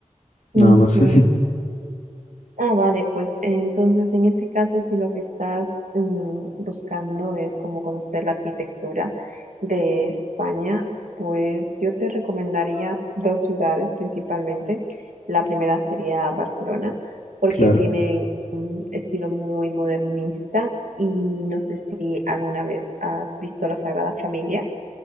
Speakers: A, on the right; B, on the left.
A: Ujú.
B: nada más. <laughs>
A: Ah, vale, pues entonces en ese caso, si lo que estás mm, buscando es como conocer la arquitectura de España, pues yo te recomendaría dos ciudades principalmente. La primera sería Barcelona, porque
B: Claro.
A: tienen un estilo muy modernista y no sé si alguna vez has visto la Sagrada Familia,